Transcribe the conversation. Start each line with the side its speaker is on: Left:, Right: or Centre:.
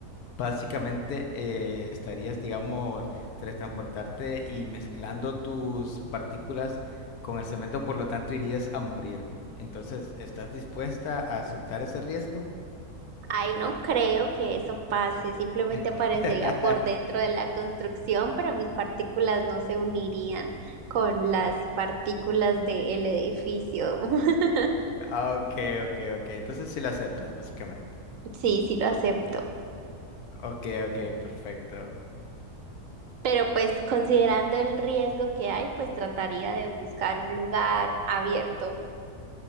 Left: Básicamente eh, estarías, digamos, transportarte y mezclando tus partículas con el cemento, por lo tanto irías a morir. Entonces, ¿estás dispuesta a aceptar ese riesgo?
Right: Ay, no creo que eso pase, simplemente aparecería
Left: <laughs>
Right: por dentro de la construcción, pero mis partículas no se unirían con las partículas del edificio. <laughs>
Left: Ok, ok, ok. Entonces sí lo aceptas, básicamente.
Right: Sí, sí lo acepto.
Left: Ok, ok, perfecto.
Right: Pero pues considerando el riesgo que hay, pues trataría de buscar un lugar abierto.